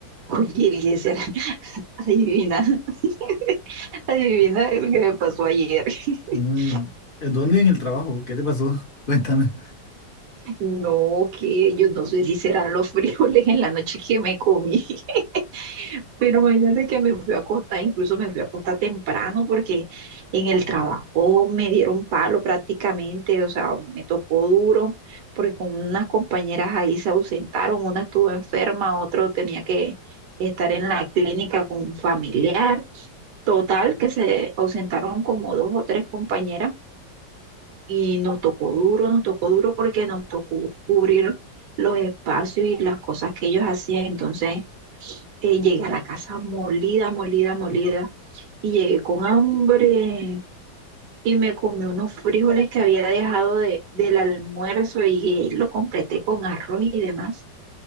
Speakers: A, on the right; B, on the left.
A: Oye, Eliezer, <laughs> adivina, <laughs> adivina lo que me pasó ayer. <laughs>
B: Mm, ¿En dónde en el trabajo? ¿Qué te pasó? <laughs> Cuéntame.
A: No, que yo no sé si serán los <laughs> frijoles en la noche que me comí, <laughs> pero imagínate que me fui a acostar, incluso me fui a acostar temprano porque en el trabajo me dieron palo prácticamente, o sea, me tocó duro porque con unas compañeras ahí se ausentaron, una estuvo enferma, otro tenía que estar en la clínica con un familiar. Total, que se ausentaron como dos o tres compañeras y nos tocó duro, nos tocó duro porque nos tocó cubrir los espacios y las cosas que ellos hacían. Entonces eh, llegué a la casa molida, molida, molida y llegué con hambre y me comí unos frijoles que había dejado de, del almuerzo y lo completé con arroz y demás.